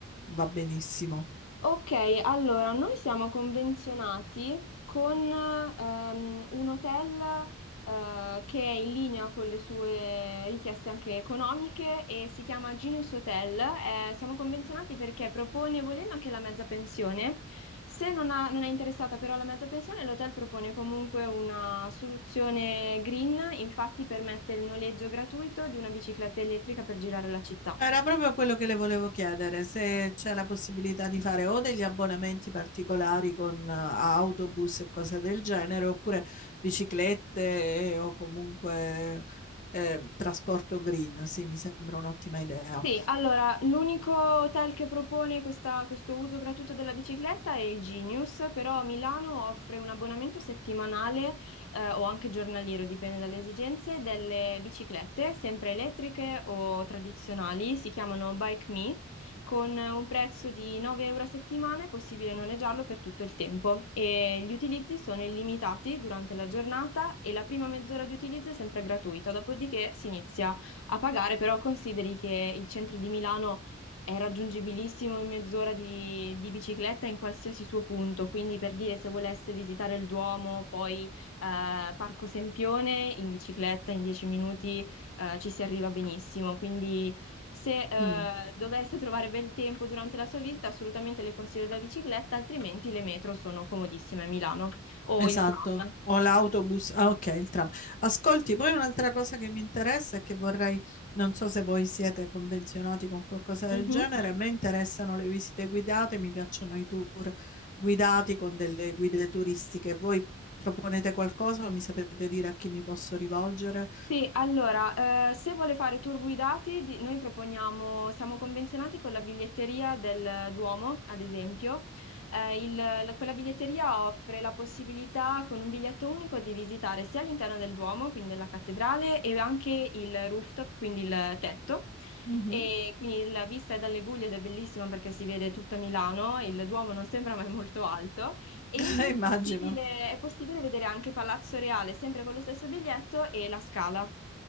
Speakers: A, on the left; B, on the left.
A: va benissimo.
B: Ok, allora noi siamo convenzionati con ehm, un hotel eh, che è in linea con le sue richieste anche economiche e si chiama Genius Hotel. Eh, siamo convenzionati perché propone, volendo anche la mezza pensione, se non, ha- non è interessata però la mezza pensione, l'hotel propone comunque una soluzione green, infatti permette il noleggio gratuito di una bicicletta elettrica per girare la città.
A: Era proprio quello che le volevo chiedere, se c'è la possibilità di fare o degli abbonamenti particolari con eh, autobus e cose del genere, oppure biciclette eh, o comunque eh, trasporto green. Sì, mi sembra un'ottima idea.
B: Sì, allora, l'unico hotel che propone questa- questo uso gratuito della bicicletta è il Genius, però a Milano offre un abbonamento settimanale, eh, o anche giornaliero, dipende dalle esigenze, delle biciclette, sempre elettriche o tradizionali, si chiamano Bike Me, con un prezzo di 9 euro a settimana è possibile noleggiarlo per tutto il tempo e gli utilizzi sono illimitati durante la giornata e la prima mezz'ora di utilizzo è sempre gratuita, dopodiché si inizia a pagare, però consideri che il centro di Milano è raggiungibilissimo in mezz'ora di, di bicicletta in qualsiasi suo punto, quindi per dire se volesse visitare il Duomo, poi eh, Parco Sempione, in bicicletta in 10 minuti eh, ci si arriva benissimo, quindi se eh,
A: Mm.
B: dovesse trovare bel tempo durante la sua visita, assolutamente le consiglio la bicicletta, altrimenti le metro sono comodissime a Milano o
A: Esatto,
B: il tram.
A: o l'autobus, ah ok, il tram. Ascolti, poi un'altra cosa che mi interessa e che vorrei, non so se voi siete convenzionati con qualcosa del
B: Mhm.
A: genere, a me interessano le visite guidate, mi piacciono i tour guidati con delle guide turistiche. Voi proponete qualcosa o mi sapete dire a chi mi posso rivolgere?
B: Sì, allora, eh, se vuole fare tour guidati, di- noi proponiamo, siamo convenzionati con la biglietteria del Duomo, ad esempio. Eh, il- la- quella biglietteria offre la possibilità con un biglietto unico di visitare sia l'interno del Duomo, quindi della cattedrale, e anche il rooftop, quindi il tetto.
A: Mhm.
B: E quindi la vista è dalle Guglie ed è bellissima perché si vede tutta Milano, il Duomo non sembra ma è molto alto. E
A: <laughs>
B: in più
A: Immagino.
B: è possibile, è possibile vedere anche Palazzo Reale, sempre con lo stesso biglietto e la Scala.